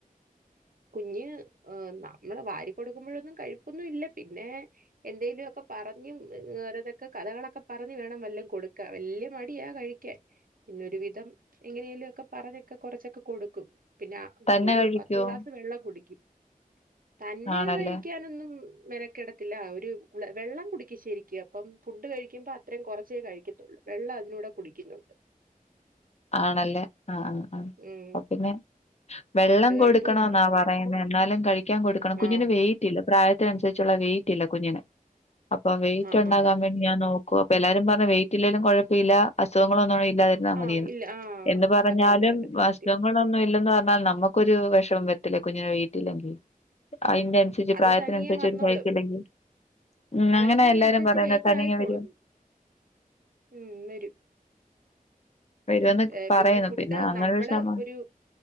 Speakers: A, on the right; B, on the left.
A: കുഞ്ഞ് ഹ് നമ്മള് വാരി കൊടുക്കുമ്പോഴൊന്നും കഴുപ്പൊന്നും ഇല്ല പിന്നെ എന്തേലുമൊക്കെ പറഞ്ഞും ഒരോന്നൊക്കെ കഥകളൊക്കെ പറഞ്ഞ് വേണം വല്ലോം കൊടുക്കാൻ വല്ല്യ മടിയ കഴി ക്കാൻ. പിന്നൊരു വിധം എങ്ങനെലുമൊക്കെ പറഞ്ഞൊക്കെ കുറച്ചൊക്കെ കൊടുക്കും. പിന്നെ അ
B: തന്നെ
A: ഒരു
B: കഴിക്കുവോ
A: പത് വെള്ളം കുടിക്കും. തന്നെ
B: ആണല്ലേ
A: കഴിക്കാനൊന്നും മെന കെടത്തില്ല. അവരു വെള്ളം കുടിക്കും ശരിക്ക്. അപ്പം ഫുഡ് കഴിക്കുമ്പോൾ അത്രേ കൊറച്ചേ കഴിക്കത്തുള്ളൂ. വെള്ള അതിലൂടെ കുടിക്കുന്നുണ്ട്.
B: ആണല്ലേ ആഹ് ഹാ
A: ഉം
B: അപ്പ പിന്നേ വെള്ളം
A: ഫുഡ് കഴിപ്പ്
B: കൊടുക്കണോന്നാ
A: കൊറവാ
B: പറ യ എന്നാലും കഴിക്കാൻ കൊടുക്കണം. കുഞ്ഞിന്
A: ആഹ്
B: വെയിറ്റ്ല്ല പ്രായത്തിനനുസരിച്ചുള്ള വെയ്റ്റില്ല കുഞ്ഞിന്. പൊ വെയിറ്റ്ണ്ടാകാൻ
A: ആഹ് ആഹ് ആഹ്
B: വേണ്ടി ഞാൻ നോക്കുവാ. അപ്പ എല്ലാരും പർഞ്ഞ് വെയിറ്റ് ഇല്ലേലും കൊഴ്പ്പില്ല. അസുഖങ്ങളൊന്നും ഇല്ലാതിരുന്നാമതിന്ന്.
A: ആഹ് ഇല്ല ആഹ്.
B: എന്ത് പറഞ്ഞാലും
A: അതെ അതെ അതെ
B: വാസ്തവങ്ങൾ
A: സത്യം
B: ഒന്നും ഇല്ലെന്ന് പറഞ്ഞാലും നമക്കൊരു വെഷമം വരത്തില്ലേ. കുഞ്ഞിന് വെയ്റ്റില്ലെങ്കി. അയിന്റെ അനുസച്ച്
A: അത്
B: പ്രായത്തിനനുസരിച്ച്
A: തനിയെ വന്നോളും.
B: ഒരു വെയ്റ്റ്ല്ലെങ്കി. ഉം
A: വളരുന്നതിനനുസരിച്ച്
B: അങ്ങനെ എല്ലാരും പറയുന്ന
A: വെയിറ്റ്
B: തനിയേ
A: ആയിക്കോളും.
B: വരുന്ന്.
A: ഉം വരും.
B: വരുമെന്ന്
A: എ
B: പറയുന്നു
A: പിന്നെ ഫുഡ്
B: അങ്ങനെ
A: നമ്മള്
B: ശമ
A: ഒരു